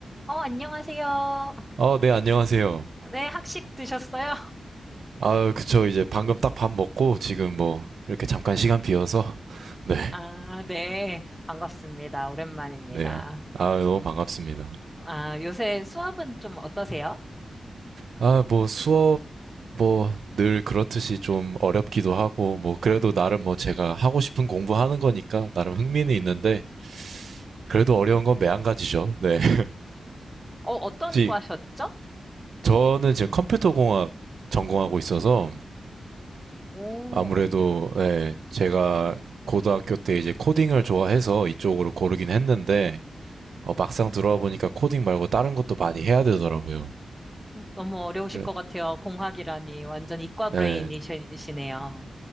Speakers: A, in the centre; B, on the right.
A: 어, 안녕하세요.
B: 어, 네, 안녕하세요.
A: 네, 학식 드셨어요? <laughs>
B: 아, 그쵸. 이제 방금 딱 밥 먹고 지금 뭐 이렇게 잠깐 시간 비어서 <laughs> 네,
A: 아, 네. 반갑습니다. 오랜만입니다.
B: 네. 아, 너무 반갑습니다.
A: 아, 요새 수업은 좀 어떠세요?
B: 아, 뭐 수업 뭐 늘 그렇듯이 좀 어렵기도 하고 뭐 그래도 나름 뭐 제가 하고 싶은 공부하는 거니까 나름 흥미는 있는데 그래도 어려운 건 매한가지죠. 네. <laughs>
A: 어, 어떤
B: 혹시
A: 과셨죠?
B: 저는 지금 컴퓨터공학 전공하고 있어서
A: 오,
B: 아무래도
A: 이-
B: 네, 제가 고등학교 때 이제 코딩을 좋아해서 이쪽으로 고르긴 했는데 어, 막상 들어와 보니까 코딩 말고 다른 것도 많이 해야 되더라고요.
A: 너무 어려우실
B: 그래-
A: 것 같아요. 공학이라니. 완전 이과
B: 예.
A: 브레인이시네요.